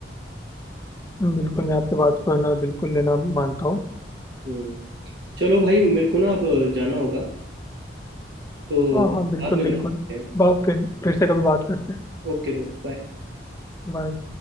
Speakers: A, on the left; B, on the right.
A: हम्म, बिल्कुल मैं आपकी बात को है ना बिल्कुल लेना मानता हूँ
B: हम्म चलो भाई मेरे को ना अब जाना होगा तो
A: हाँ हाँ
B: बाद
A: बिल्कुल
B: में
A: बिल्कुल
B: बात करते हैं
A: बा फिर फिर से कभी बात करते हैं
B: Okay bro bye
A: बाय